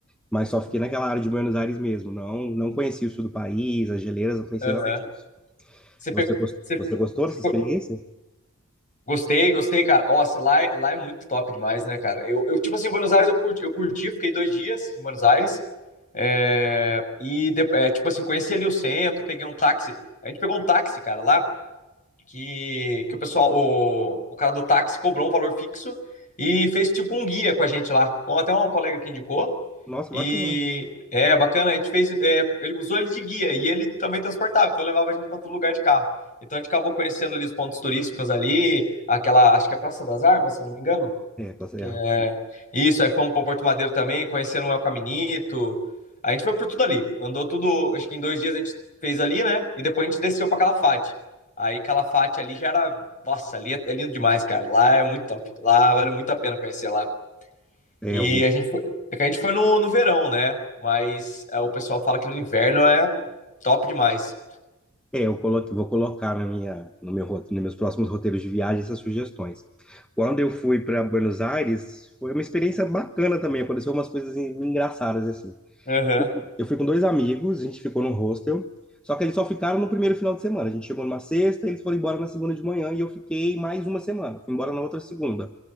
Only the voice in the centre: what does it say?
mas só fiquei naquela área de Buenos Aires mesmo. Não, não conheci o sul do país, as geleiras, não conhecia
nada disso.
Você,
gos-
você gostou
dessa experiência?
Nossa,
bacana.
É, tá certo.
É,
eu vou
É, eu colo- vou colocar na minha, no meu, rote- nos meus próximos roteiros de viagem essas sugestões. Quando eu fui para Buenos Aires, foi uma experiência bacana também. Aconteceu umas coisas en- engraçadas assim.
Eu fui com dois amigos, a gente ficou num hostel, só que eles só ficaram no primeiro final de semana. A gente chegou numa sexta, eles foram embora na segunda de manhã e eu fiquei mais uma semana. Fui embora na outra segunda.